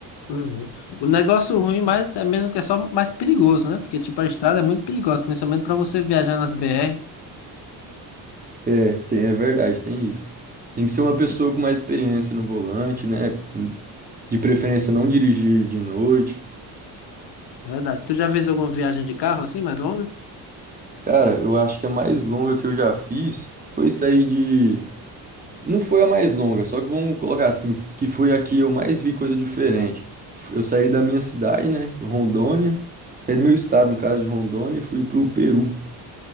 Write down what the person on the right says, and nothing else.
É, tem, é verdade, tem isso. Tem que ser uma pessoa com mais experiência no volante, né? De preferência, não dirigir de noite.
Cara, eu acho que a mais longa que eu já fiz foi sair de Não foi a mais longa, só que vamos colocar assim, que foi a que eu mais vi coisa diferente. Eu saí da minha cidade, né, de Rondônia, saí do meu estado, no caso de Rondônia, e fui pro Peru.